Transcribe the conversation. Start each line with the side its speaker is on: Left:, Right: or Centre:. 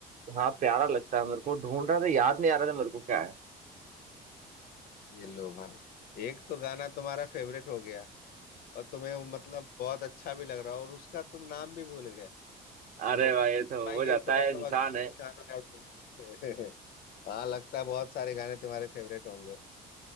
Right: हाँ प्यारा लगता है मेरे को ढूंढ रहा था याद नहीं आ रहा था मेरे को क्या है
Left: गया ये लो भाई एक तो गाना तुम्हारा फेवरेट हो गया और तुम्हें वो मतलब बहुत अच्छा भी लग रहा और उसका तुम नाम भी भूल गए
Right: <laughs> अरे
Left: तो भाई
Right: भाई ये तो हो जाता
Left: ये तो
Right: है
Left: मतलब
Right: इंसान
Left: अजूबे
Right: है
Left: इंसान हो यार तुम <laughs> हाँ लगता है बहुत सारे गाने तुम्हारे फेवरेट होंगे